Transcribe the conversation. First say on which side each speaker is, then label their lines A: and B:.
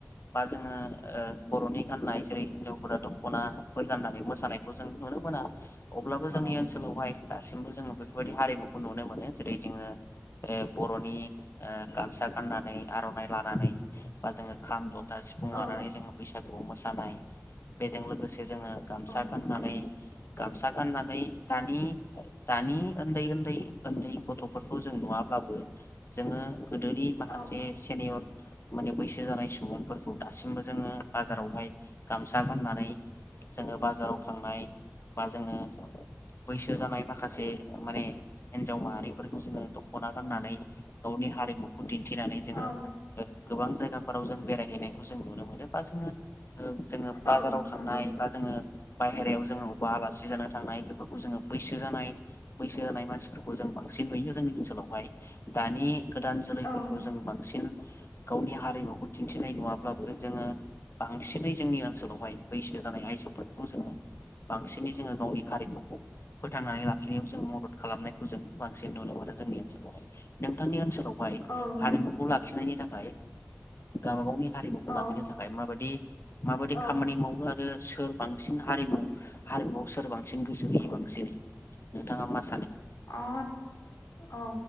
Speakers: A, on the left (about 55°); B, on the left (about 70°).
A: बा जोङो ओ बर'नि गान्नाय जेरै हिनजावफोरा दखनाफोर गान्नानै मोसानायखौ जों नुनो मोना। अब्लाबो जोंनि
B: औ
A: ओनसोलावहाय
B: नंगौ
A: दासिमबो जोङो बेफोरबायदि हारिमु उ नुनो मोनो जेरै जोंङो ए बर'नि ओ गामसा गाननानै आरनाइ लानानै बा जोङो खाम ज दा सिफुं
B: औ
A: लानानै जों बैसागु खौ मोसानाय बेजों लोगोसे जोङो गामसा
B: औ
A: गाननानै
B: नंगौ
A: गामसा गाननानै दानि दानि ओन्दै ओन्दै ओन्दै गथ'फोरखौ जों नुवा ब्लाबो जोङो गोदोनि माखासे
B: औ
A: सेनियर माने बैसो जानाय सुबुंफोरखौ दासिमबो जोङो बाजारावहाय गामसा फा गाननानै जोङो बाजाराव थांनाय बा जोङो बैसो जानाय माखासे माने हिनजाव माहारिफोरखौ जोङो दखना गाननानै गावनि हारिमुखौ दिन थिनानै जोङो
B: औ
A: गोबां जायगाफोराव जों बेरायहैनायखौ जों नुनो मोनो। बा जोङो ओ जोङो बाजाराव
B: औ
A: थानाय
B: नंगौ
A: बा जोङो बायहेरायाव जोङो अबेबा आलासि जानो थांनाय बेफोरखौ जोङो बैसो जानाय बैसो जानाय मानसिफोरखौ जों बांसिन नुयो जोंनि ओनसोलाव। <inaudible> य दानि गोदान जोलैफोरखौ
B: औ नंगौ
A: जों बांसिन गावनि हारिमुखौ दिन्थिनाय नुङाब्लाबो जोङो बांसिनै जोंनि ओनसोलावहाय बैसो जानाय आइजोफोरखौ जोङो बांसिनै जोङो गावनि हारिमुखौ फोथांनानै लाखिनायाव जों मदद खालामनायखौ जों बांसिन नुनो मोनो जोंनि। नोंथांनि ओनसोल हाय
B: औ
A: हारिमुखौ
B: नंगौ
A: लाखिनायनि थाखाय। फाय गावबा गावनि हारिमुखौ
B: औ
A: लाखिनो थाखाय माबादि माबादि
B: औ
A: खामानि मावो आरो आरो सोर बांसिन हारिमु हारिमुआव सोर बांसिन गोसो होयो बांसिनै नोंथाङा मा सानो?
B: आ औ